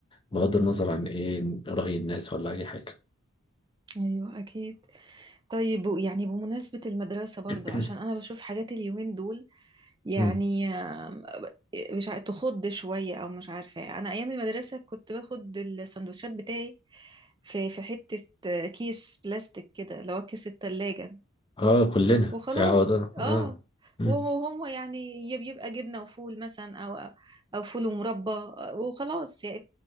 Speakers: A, on the left; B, on the right.
A: بغض النظر عن ايه رأي الناس ولا اي حاجة
B: ايوه اكيد طيب يعني بمناسبة المدرسة برضو
A: <coughs>
B: عشان انا بشوف حاجات اليومين دول يعني
A: <clears throat> مم.
B: آم، مش عارفة تخض شوية او مش عارفة انا ايام المدرسة كنت باخد السندوتشات بتاعي في في حتة آه، كيس بلاستيك كده اللي هو كيس التلاجة
A: اه كلنا
B: وخلاص
A: يا وضع اه آه.
B: اه
A: مم.
B: وهو هو يعني يا بيبقى جبنة وفول مثلا او او فول ومربى وخلاص يعني